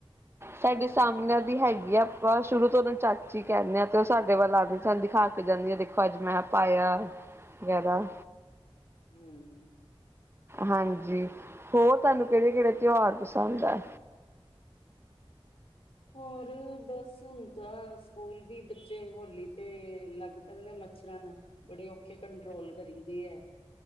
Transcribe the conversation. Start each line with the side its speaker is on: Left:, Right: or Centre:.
Right: ਸਾਡੇ ਸਾਹਮਣੇ ਦੀ ਹੈਗੀ ਆ ਸ਼ੁਰੂ ਤੋਂ ਉਹਨੂੰ ਚਾਚੀ ਕਹਿਣੇ ਆ ਤੇ ਓ ਸਾਡੇ ਵੱਲ ਆਕੇ ਸਾਨੂੰ ਦਿਖਾ ਕੇ ਜਾਂਦੀ ਆ ਦੇਖੋ ਅੱਜ ਮੈਂ ਪਾਇਆ <unintelligible>
Left: ਹੂੰ।
Right: ਹਾਂਜੀ, ਹੋਰ ਤੁਹਾਨੂੰ ਕਿਹੜੇ ਕਿਹੜੇ ਤਿਉਹਾਰ ਪਸੰਦ ਆ।
Left: ਹੋਰ ਬਸ ਹੁਨ ਤਾਂ ਸਕੂਲ ਵੀ ਬੱਚੇ ਹੋਲੀ ਤੇ ਲੱਗ ਪੈਂਦੇ ਮੱਛਰਨ ਬੜੇ ਔਖੇ ਕੰਟਰੋਲ ਕਰੀਦੇ ਐ।